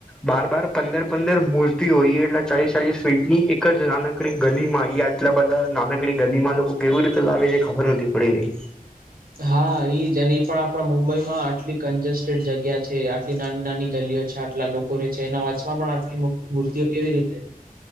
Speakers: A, in the centre; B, on the right.
A: બાર બાર પંદર પંદર મૂર્તિ હોય એટલે ચાલીસ ચાલીસ ફીટની એક જ નાનકડી ગલી માં ઈ એટલા બધા નાનકડી ગલીમાં લોકો કેવી રીતે લાવે એ ખબર જ નથી પડી.
B: હા ઈ જ અને ઈ પણ આપણા મુંબઈ માં આટલી કંજેસ્ટ જગ્યા છે આટલી નાની નાની ગલીઓ છે આટલા લોકો રે છે એના વચમાં પણ આટલી મોટી મૂર્તિઓ કેવી રીતે